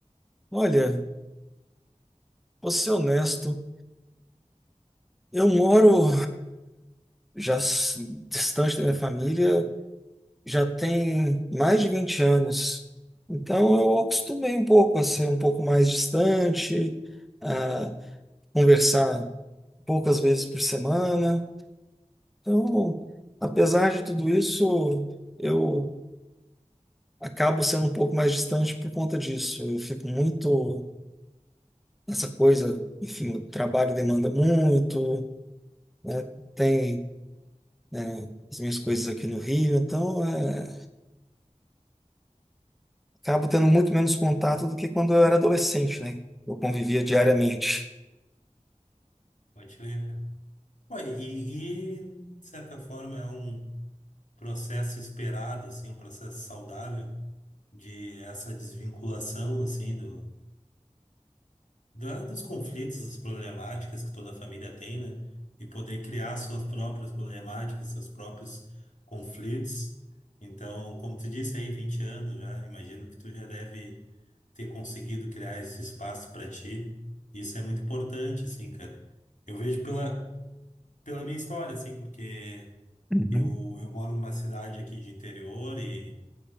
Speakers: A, in the centre; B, on the left.
A: Olha, vou ser honesto, eu moro já s- distante da minha família já tem mais de 20 anos, então eu acostumei um pouco a ser um pouco mais distante, a conversar poucas vezes por semana. Então, apesar de tudo isso, eu acabo sendo um pouco mais distante por conta disso. Eu fico muito nessa coisa, enfim, o trabalho demanda muito, né? Tem, né, as minhas coisas aqui no Rio, então é, acabo tendo muito menos contato do que quando eu era adolescente, né? Eu convivia diariamente.
B: Pode crer, cara. Pô, e, e, de certa forma, é um. processo esperado, assim, um processo saudável de essa desvinculação, assim, do, da, dos conflitos, das problemáticas que toda família tem, né? E poder criar suas próprias problemáticas, seus próprios conflitos. Então, como tu disse aí, 20 anos já, imagino que tu já deve ter conseguido criar esse espaço para ti. Isso é muito importante, assim, cara. Eu vejo pela, pela minha história, assim, porque
A: Uhum.
B: eu, eu moro numa cidade aqui de interior e